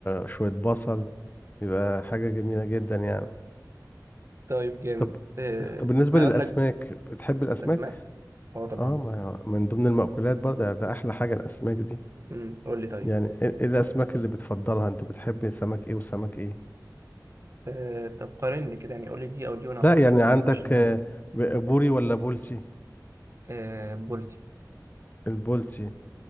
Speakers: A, on the left; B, on the right.
A: شوية بصل بيبقى حاجة جميلة جدا يعني
B: طيب جامد
A: طب
B: أه
A: طب بالنسبة
B: هقول
A: للأسماك
B: لك بقى.
A: بتحب الأسماك؟
B: أسماك اه طبعا
A: اه ما من ضمن المأكولات برضه ده أحلى حاجة الأسماك دي
B: أمم، قول لي طيب
A: يعني إيه إيه الأسماك اللي بتفضلها أنت بتحب سمك إيه وسمك إيه؟
B: أه طب قارن لي كده يعني قول لي دي أو دي وأنا هقول
A: لا يعني
B: لك طيب
A: عندك
B: عشان ما
A: آه، ب- بوري ولا بولتي
B: أه بولتي
A: البولتي